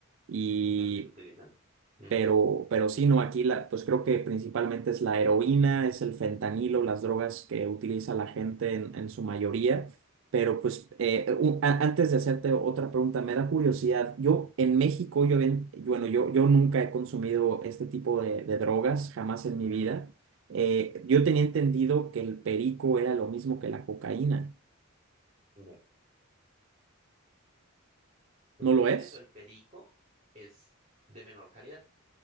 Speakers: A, on the right (about 60°); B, on the right (about 30°).
A: Y
B: y también lo utilizan. Ujú,
A: pero, pero sí, no, aquí la, pues creo que principalmente es la heroína, es el fentanilo, las drogas que utiliza la gente en, en su mayoría. Pero pues eh, un- a- antes de hacerte otra pregunta, me da curiosidad. Yo en México, yo, ven- bueno, yo, yo nunca he consumido este tipo de, de drogas, jamás en
B: ujú,
A: mi vida. Eh, yo tenía entendido que el perico era lo mismo que la cocaína.
B: no. El
A: ¿No
B: Pérez
A: lo es?
B: o el perico es de menor calidad.